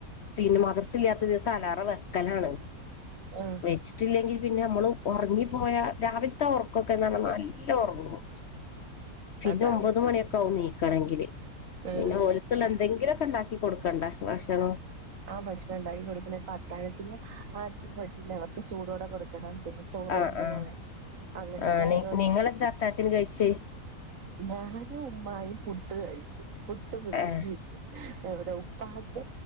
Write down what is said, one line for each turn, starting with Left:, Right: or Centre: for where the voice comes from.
Left: പിന്നെ മദ്രസ ഇല്ലാത്ത ദിവസം അലാറ വെക്കലാണ്
Right: ആഹ്
Left: വെച്ചിട്ടില്ലെങ്കിൽ പിന്നെ നമ്മളും ഉറങ്ങി പോയാ രാവിലത്തെ ഉറക്കൊക്കെ എന്നർഞ്ഞ നല്ല ഉറങ്ങും പിന്നെ
Right: അതാണ്
Left: ഒമ്പത് മണിയൊക്കെ ആകും നീക്കണെങ്കില്
Right: ഏഹ്
Left: പിന്നെ ഓൽക്കുള്ള എന്തെങ്കിലും ഒക്കെ ഉണ്ടാക്കി കൊടുക്കണ്ടെ ഭക്ഷണം
Right: ആഹ് ഭക്ഷണം ഇണ്ടാക്കി കൊടുക്കണ ഇപ്പൊ അത്താഴത്തിൻ ആർക്കും പറ്റൂല പ്പം ചൂടോടെ കൊടുക്കണം പിന്നെ ചോറ്
Left: ആഹ്
Right: കൊണ്ട്
Left: ആഹ്
Right: പോണം അങ്ങനെ
Left: ആഹ്
Right: കെ ആയതു കൊണ്ട്
Left: നിങ്ങളെന്താ അത്താഴത്തിന് കഴിച്ചേ
Right: ഞാനും ഉമ്മായിം പുട്ട് കഴിച്ചി പുട്ട് <unintelligible>
Left: ഏഹ്
Right: എവിടെ ഉപ്പാക്